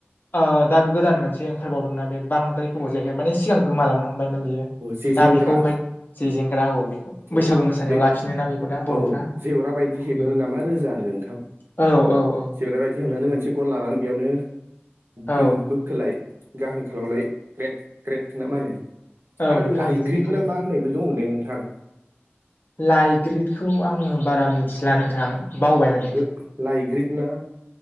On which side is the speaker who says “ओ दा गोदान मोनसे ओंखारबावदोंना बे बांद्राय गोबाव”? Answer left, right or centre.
Left